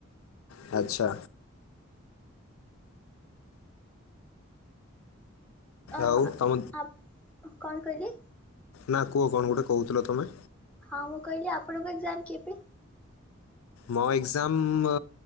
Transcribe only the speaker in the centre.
ଅ
ଆ କଣ କହିଲେ?
ହଁ ମୁଁ କହିଲି ଆପଣଙ୍କୁ ଏକ୍ଜାମ କେବେ?